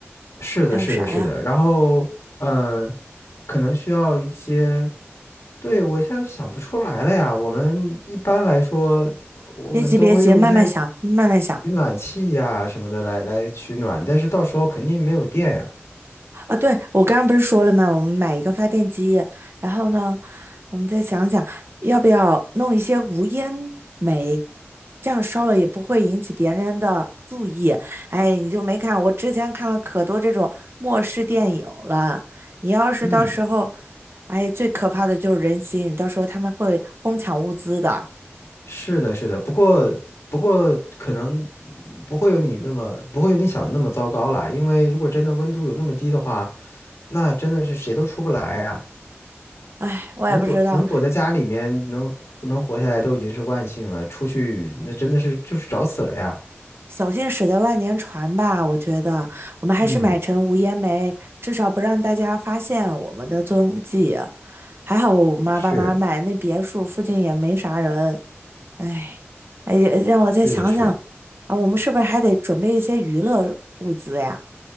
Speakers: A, on the left (about 80°); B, on the right (about 60°).
A: 是的，
B: 还有啥呀？
A: 是的，是的。然后，嗯，可能需要一些，对，我现在想不出来了呀。我们一般来说，我们都会用一些
B: 别急，别急，慢慢想，慢慢想。
A: 取暖器呀什么的来来取暖，但是到时候肯定没有电呀。
B: 啊，对，我刚刚不是说了吗？我们买一个发电机，然后呢，我们再想想要不要弄一些无烟煤，这样烧了也不会引起别人的注意。哎，你就没看，我之前看了可多这种末世电影了。你要是到时候，
A: 嗯，
B: 哎，最可怕的就是人心，到时候他们会哄抢物资的。
A: 是的，是的。不过，不过可能嗯不会有你那么，不会有你想的那么糟糕啦。因为如果真的温度有那么低的话，那真的是谁都出不来呀。
B: 哎，我也不知道，
A: 能躲能躲在家里面能能活下来都已经是万幸了，出去那真的是就是找死了呀。
B: 小心驶得万年船吧，我觉得我们还是买成无烟煤，
A: 嗯，
B: 至少不让大家发现我们的踪迹。还好我妈爸妈买那别墅附近也没啥人，
A: 是
B: 哎，哎，让我再想想
A: 是的，是的，
B: 啊，我们是不是还得准备一些娱乐物资呀？